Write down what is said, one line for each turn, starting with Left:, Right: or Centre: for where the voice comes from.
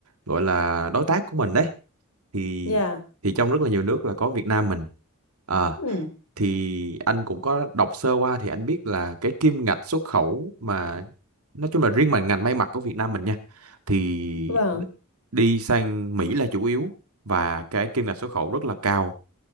Right: gọi là đối tác của mình đấy thì
Left: dạ
Right: thì trong rất là nhiều nước là có Việt Nam mình. Ờ,
Left: ừ
Right: thì anh cũng có đọc sơ qua thì anh biết là cái kim ngạch xuất khẩu mà nói chung là riêng mà ngành may mặc của Việt Nam mình nha thì
Left: vâng
Right: đi sang Mỹ là chủ yếu và cái kim ngạch xuất khẩu rất là cao,